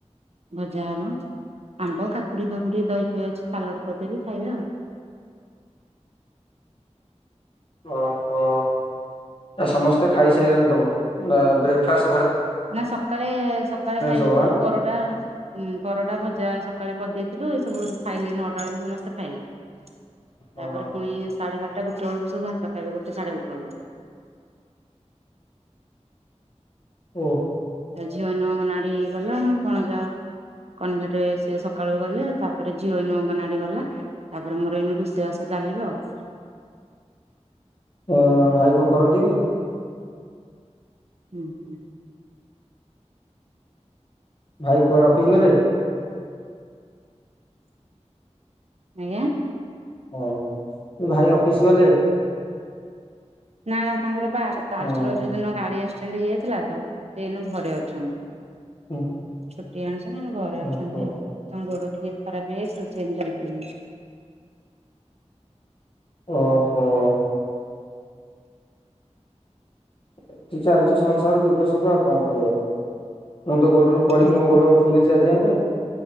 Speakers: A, on the right; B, on the left.
A: ଭଜା ହବ ଆମ୍ବ କାକୁଡି ଫାକୁଡି ଦହି ଫହି ଅଛି ସାଲଡ କରିଦବି ଖାଇବେ ଆଉ।
B: <inaudible> ଓହୋ ଆ ସମସ୍ତେ ଖାଈସାଇଲଣୀ ତମେ ବ୍ରେକ୍ଫାଷ୍ଟ
A: ନା ସକାଳେ ସକାଳେ ଖାଇ
B: ସବୁ
A: ଦେଇଥିଲୁ
B: ଆଁ
A: ପରଟା ଉଁ ପରଟା ଭଜା ସକାଳେ କରିଦେଇଥିଲୁ ଏ ସବୁ ଖାଇଲେ ନଅଟା ବେଳକୁ ସମସ୍ତେ ଖାଇଲେ ତାପରେ
B: ଓହୋ
A: ପୁଣି ସାଢେ ବାରଟା ଗୋ ଗୋଟେ ବେଳକୁ ସବୁ ଭାତ ଖାଇବେ ଗୋଟେ ସାଢେ ଗୋଟେ ବେଳକୁ।
B: ଓଃ
A: ତା ଝିଅ ନୁଅଙ୍କ ନାଡି ଗଲା ଆମ ଭଣଜା
B: <inaudible>
A: କନଭେଟ ସେ ସକାଳୁ ଗଲେ ତାପରେ ଝିଅ ଏଇନୁ ଅଙ୍ଗନାଡି ଗଲା ତାପରେ ମୋର ଏଇନୁ ରୁସେଇବାସ ଚାଲି ପ୍ଲସ
B: ଅ ଭାଇ କଣ କରନ୍ତି କି?
A: ଉଁ ହୁଁ।
B: ଭାଇ କୁଆଡେ ଅଫିସ ଗଲେ?
A: ଆଞା।
B: ହଁ ମୋ ଭାଇ ଅଫିସ ଗଲେ?
A: ନା ନା ତାଙ୍କର ବା ଫାର୍ଷ୍ଟ
B: ହଁ
A: ରଜ ଦିନ ଗାଡ଼ି ଆ ଆକ୍ସିଡେଣ୍ଟ ହେଇଯଥିଲା ତ ସେ ଏଇନୁ ଘରେ ଅଛନ୍ତି।
B: ହୁଁ।
A: ଛୁଟି ଆଣିସନି ଏଇନୁ ଘରେ ଅଛନ୍ତି
B: ଓହୋ।
A: ଆଉ ତାଙ୍କ ଗୋଡ ଟିକେ ଖରାପ ହେଇ ଯାଇଛି ତ ସେ ଯାଇ ପାରୁ
B: ଓହୋ-ଅ ଏଠି ଚାଲିଛି ସଂସାର ଦୁଃଖ ସୁଖ ଆଉ କଣ କରିବା। ମୁଁ ତ ଗୋଡରୁ ପଡିକି
A: ହଁ
B: ମୋ
A: ପା
B: ଗୋଡ ଫୁଲିଛି ଅଜି ଯାଙ୍କେ।